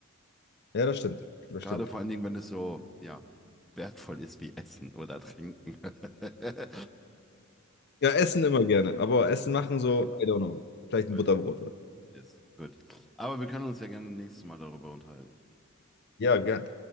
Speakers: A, on the left; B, in the centre.
A: Ja, das stimmt. Das
B: Gerade
A: stimmt.
B: vor allen Dingen, wenn es so, ja, wertvoll ist wie Essen oder Trinken. <laughs>
A: Ja, essen immer gerne. Aber Essen machen
B: Yes,
A: so, I don't know. Vielleicht ein
B: gut,
A: Butterbrot oder. so.
B: yes, gut. Aber wir können uns ja gerne nächstes Mal darüber unterhalten.
A: Ja, gern.